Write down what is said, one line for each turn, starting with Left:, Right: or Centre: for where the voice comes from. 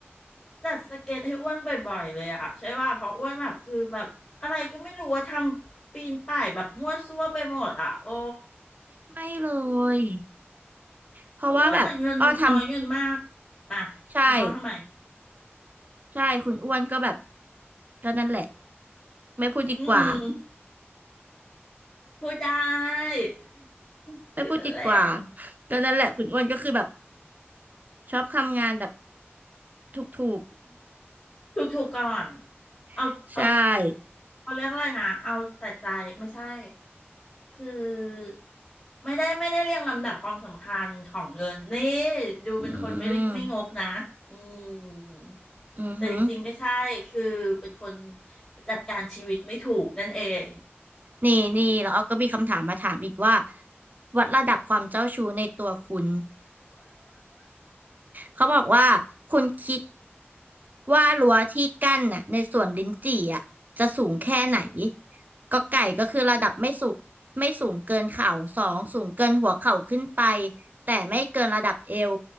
Left: จัดสเก็ตให้อ้วนบ่อยๆเลยอะใช่ว่าเพราะอ้วนแบบคือแบบอะไรก็ไม่รู้ว่าทำปีนป่ายแบบมั่วซั่วไปหมดอะโอ้
Right: ไม่เลยเพราะว่าแบบอ้อท
Left: คืออ้วนอะเงินน้อยเงินมากอะคุณอ้อมทำไม
Right: ำใช่ใช่คุณอ้วนก็แบบก็นั่นแหละไม่พูดดีกว่า
Left: อืมพูดได้ <laughs>
Right: ไม่พูดดีกว่า
Left: ก็นั่นแหละ
Right: <laughs> ก็นั่นแหละคุณอ้วนก็คือแบบชอบทำงานแบบถูก
Left: ถูกถูกก่อนเอาเอา
Right: ๆ <laughs> ใช่
Left: เขาเรียกอะไรนะเอาแต่ใจไม่ใช่ คือไม่ได้ไม่ได้เรียงลำดับความสำคัญของเงินนี่ดูเป็นคนไม่ไม่งกนะ
Right: อืม
Left: อืม
Right: อือหือ
Left: แต่จริงๆไม่ใช่คือเป็นคนจัดการชีวิตไม่ถูกนั่นเอง
Right: นี่นี่แล้วอ้อก็มีคำถามมาถามอีกว่าวัดระดับความเจ้าชู้ในตัวคุณ เขาบอกว่าคุณคิดว่ารั้วที่กั้นน่ะในสวนลิ้นจี่อ่ะจะสูงแค่ไหนก็ไก่ก็คือระดับไม่สูงไม่สูงเกินเข่าสองสูงเกินหัวเข่าขึ้นไปแต่ไม่เกินระดับเอว